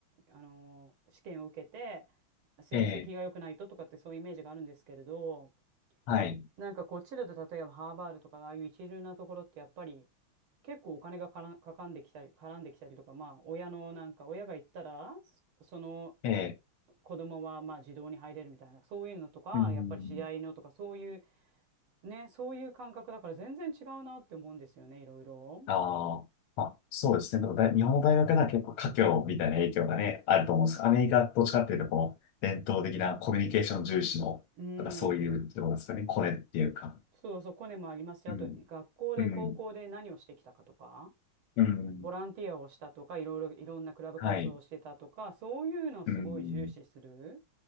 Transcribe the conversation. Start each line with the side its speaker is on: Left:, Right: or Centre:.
Right: あの、試験を受けて、成績が良くないととかってそういうイメージがあるんですけれど、
Left: ええ。はい。
Right: なんかこっちだと例えばハーバードとかああいう一流なところってやっぱり結構お金がからかかんできたり、絡んできたりとか、まあ親のなんか親が行ったら、その
Left: ええ。
Right: 子供はまあ児童に入れるみたいな、そういうのとか、
Left: うーん。
Right: やっぱり試合のとか、そういうね、そういう感覚だから全然違うなって思うんですよね、いろいろ。
Left: ああ。まあ、そうですね。でもだい日本の大学では結構華僑みたいな影響がね、あると思うんです。アメリカどっちかっていうと、こう、伝統的なコミュニケーション重視の、
Right: うん。
Left: とかそういう、どうなんですかね、コネっていうか。
Right: そうそう、コネもありますし、
Left: うん。
Right: あと学校で、
Left: うん。
Right: 高校で何をしてきたかとか。
Left: うん。
Right: ボランティアをしたとか、いろいろ、いろんなクラブ活動をしてたとか、
Left: はい。
Right: そういうのをすごい重視する。
Left: うん。